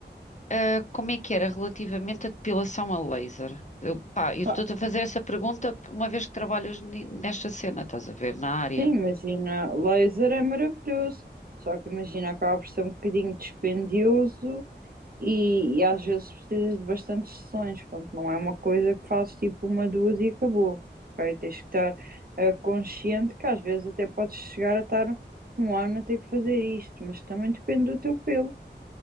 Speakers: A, on the left (about 40°); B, on the right (about 55°).
A: Ah, como é que era relativamente à depilação a laser? Eu, pá, eu
B: Pá,
A: estou-te a fazer essa pergunta uma vez que trabalhas ni- nesta cena, estás a ver, na área.
B: sim, imagina, laser é maravilhoso, só que imagina, acaba por ser um bocadinho dispendioso E, e às vezes precisas de bastantes sessões, pronto, não é uma coisa que fazes tipo uma, duas e acabou, ok? Tens que estar eh, consciente que às vezes até podes chegar a estar um ano a ter que fazer isto, mas também depende do teu pelo,